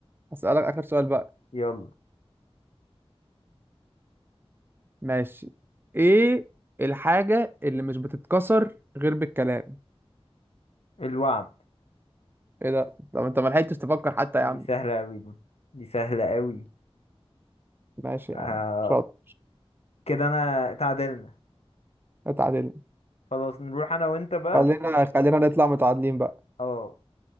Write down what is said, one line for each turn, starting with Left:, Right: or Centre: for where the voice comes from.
Right: أسألك آخر سؤال بقى
Left: يلا
Right: ماشي ايه الحاجة اللي مش بتتكسر غير بالكلام
Left: الوعد
Right: ايه ده طب انت ما لحقتش تفكر حتى يا عم
Left: دي سهلة اوي دي دي سهلة اوي
Right: ماشي
Left: آه
Right: يا عم شاطر
Left: كده انا اتعادلنا
Right: اتعادل
Left: خلاص نروح انا وانت بقى
Right: خلينا خلينا نطلع متعادلين بقى
Left: اه